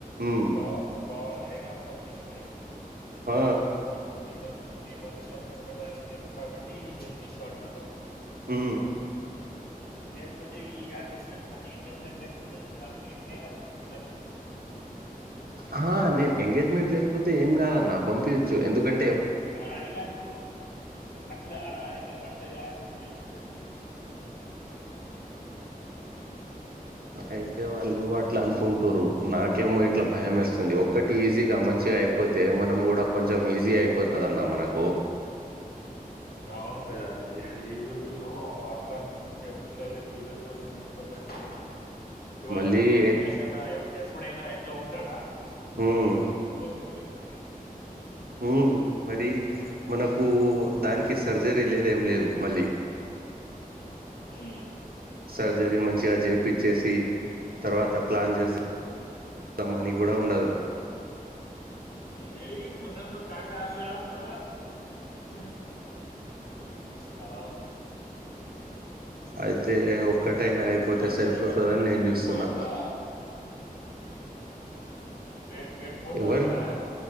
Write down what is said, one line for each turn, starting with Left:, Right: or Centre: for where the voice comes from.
Right: ఉమ్
Left: నువ్వు కావా కావాలనే నాకు పంపిస్తలేవు
Right: ఆ
Left: నీ మ నీ మనుసులో పంపడని లేదు కాబట్టి ఈ హెల్త్ ఇష్యూ అంటున్నావ్
Right: ఊ
Left: లేకపోతే ఆర్య సంఘానికయినా లేకపోతే నాకు ఎట్లయినా ఒకటో తారీకు పంపక పోతు
Right: ఆహ నేను ఎంగేజ్మెంట్ లేకపోతే ఏం కాదన్న పంపియచ్చు ఎందుకం
Left: ఆ అదిగాదు అట్లా ఆ అదిగాదు అట్లా ఆ ఆమె చెప్తది నువ్ పొ
Right: అయితే వాళ్ళు అట్లా అనుకుంటారు నాకు ఏమో ఇట్లా భయం వేస్తుంది ఒక్కటి ఈజీ మంచిగా అయిపోతే మనం కూడా కొంచం ఈజీ అయిపోతదన్న మనకు
Left: అవును కదా ఏ ఈ రోజుల్లో అట్లాంటి మంచిగ పిల్లలే పిల్లల కోసం ఎంతో కష్టపడుతున్నరు ఇవాళ
Right: మళ్ళీ
Left: చూడు
Right: ఏ-
Left: సురేష్ అన్న ఎ ఎప్పుడైనా ఎట్లా ఉంటడా ఒక
Right: ఉమ్
Left: కాలుకు దెబ్బకి పోయిండు నేను వాళ్ళు
Right: ఊ మరి మనకు దానికి సరి జరీ లేదు ఏం లేదు మళ్ళీ
Left: ఊ
Right: సర్జరీ మంచిగా చేపిచ్చేసి తర్వాత ప్లాన్ చేస్త అ మనీ కూడా ఉండదు
Left: నువ్ ఏయ్ పునతో కాకా అ రాపొ ఉ ఊ అట్లా అవును ఇప్పుడు
Right: అయితే ఒక్కటైనా అయిపోతే
Left: నువ్వు అదే
Right: సరిపోతదని
Left: కానీ నువ్వు
Right: నేను
Left: చెప్పు
Right: చూస్తున్నా
Left: అట్లా రే రేపు పోతారు
Right: ఎవరికి
Left: కదా